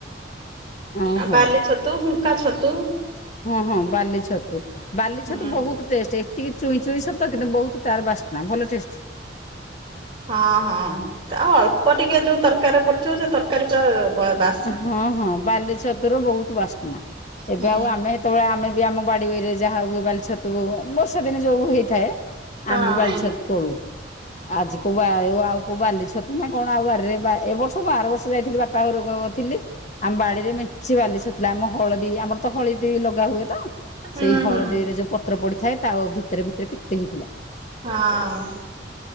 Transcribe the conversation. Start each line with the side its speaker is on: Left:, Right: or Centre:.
Left: ଓହୋ
Right: ଆଉ ବାଲି ଛତୁ ହୁଙ୍କା ଛତୁ।
Left: ହଁ ହଁ ବାଲି ଛତୁ ବାଲି
Right: ହୁଁ
Left: ଛତୁ ବୋହୁତ ଟେଷ୍ଟେ ଏତିକି ଚୁଇଁ ଚୁଇଁ ସତ କିନ୍ତୁ ବହୁତ ତାର ବାସନା ଭଲ ଟେଷ୍ଟ।
Right: ହଁ ହଁ ଆଉ ଅଳ୍ପ ଟିକେ ଯୋଉ ତରକାରୀରେ ପଡଥିବ ସେ ତରକାରୀ ପୁରା ଵା
Left: ହଁ ହଁ ବାଲି ଛତୁର ବୋହୁତ ବାସ୍ନା ଏବେ
Right: ହୁଁ
Left: ଆଉ ଆମେ ହେତୋବେଳେ ଆମେ ଆମ ବାଡିରେ ଯାହା ହୁଏ ବାଲି ଛତୁ ବର୍ଷା ଦିନେ ଯୋଉ ହେଇଥାଏ
Right: ହଁ
Left: ଆମେ ବି ବାଲିଛତୁ
Right: ହୁଁ
Left: ତୋଳୁ ଆଜି କୋଉ ଆଉ କୋଉ ବାଲିଛତୁ ନା କଣ ଆଉ ବାରିରେ ଏ ବର୍ଷ ସବୁ ଆର ବର୍ଷ ଯାଇଥିଲି ବାପା ଘରକୁ। ଥିଲି ଆମ ବାଡିରେ ମେଞ୍ଚେ ବାଲି ଛତୁ ଥିଲା ଆମ ହଳଦୀ ଆମର ତ ହଳଦୀ ଲଗା ହୁଏ ତ।
Right: ହୁଁ
Left: ସେଇ ହଳଦୀରେ
Right: ହୁଁ
Left: ଯୋଉ ପତ୍ର ପଡିଥାଏ ତା ଭିତରେ ଭିତରେ କେତେ ହେଇଥିଲା।
Right: ହଁ।